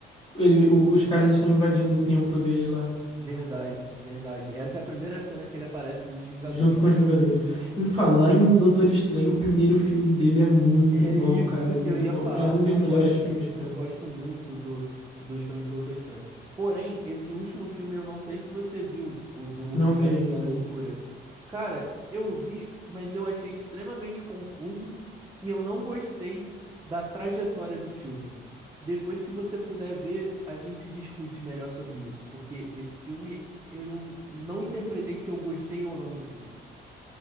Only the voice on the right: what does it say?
Verdade, verdade. Essa é a primeira cena que ele aparece nos Vingadores.
É
é isso
que
eu ia
falar.
Eu
gosto,
eu gosto muito do, dos filmes do Doutor Estranho. Porém, esse último filme, eu não sei se você viu, o do Multiverso
da Loucura. Cara, eu vi, mas eu achei extremamente confuso e eu não gostei da trajetória do filme. Depois, se você puder ver, a gente discute melhor sobre isso, porque esse filme eu não interpretei se eu gostei ou não do filme.